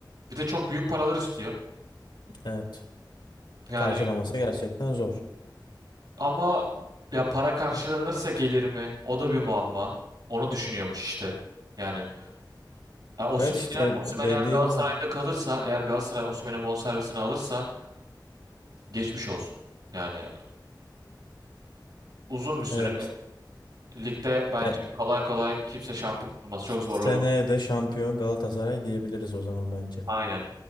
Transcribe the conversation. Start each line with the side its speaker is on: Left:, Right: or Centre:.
Right: Bir de çok büyük paralar istiyor.
Left: Evet.
Right: Yani
Left: Karşılaması gerçekten zor.
Right: ama ya para karşılanırsa gelir mi? O da bir muamma. Onu düşünüyormuş işte. Yani ya Osimhen
Left: Evet işte
Right: eğer Osimhen
Left: de- dediğim
Right: eğer Galatasaray'da
Left: o.
Right: kalırsa, eğer Galatasaray Osimhen'in bonservisini alırsa geçmiş olsun. Yani uzun bir süre
Left: Evet.
Right: ligde bence
Left: E,
Right: kolay kolay kimse şampiyon olmaz. Çok zorlama.
Left: seneye de şampiyon Galatasaray diyebiliriz o zaman bence.
Right: Aynen.